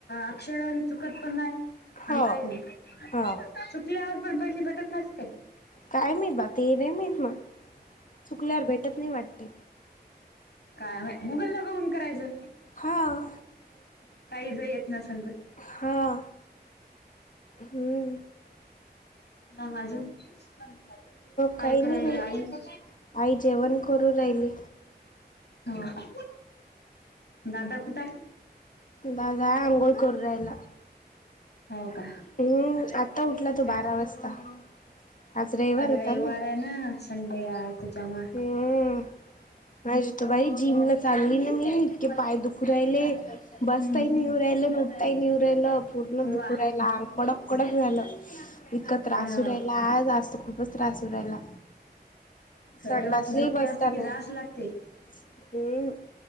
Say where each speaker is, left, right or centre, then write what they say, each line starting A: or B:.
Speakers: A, on the left; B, on the left.
A: अक्षर अन चुकत पण नाय.
B: हो
A: अन काय नाय
B: हो
A: चूकल्यावर पण पैशे भेटत नाय काय?
B: काय माहित बा ते नाई माहित मला चुकल्यावर भेटत नाही वाटत.
A: काय माय गुगल ला बघून करायचं.
B: हा
A: काही ज येत नसल त
B: हां हूं
A: मंग अजून काय
B: काही नाही
A: कराईला
B: बाई
A: आईनंते?
B: आई जेवण करू राहिली.
A: हा दादा कुठं हाय?
B: दादा आंगोळ करूं रायला.
A: हो का.
B: हम्म आता उठला तो बारा वाजता. आज रयवार होता
A: रविवार
B: ना
A: आहे ना संडे आहे त्याच्यामुळे
B: हम्म आज ज बाई जीमला चाललीं न मी इतके पाय दुख राहिले. बसता
A: हम्म.
B: ही नी येऊ राहिलं न उटताही नी येऊ राहिल पूर्ण
A: वा
B: दुखू राहिला आंग कडक कंडच झालं. इतका त्रास
A: अ
B: होऊ रायला आज, आज त खूपच त्रास होऊ रायला. संडासलाही
A: रविवारची सुट्टी
B: बसता
A: असते की
B: नाय
A: जाच
B: -
A: लागते
B: हम्म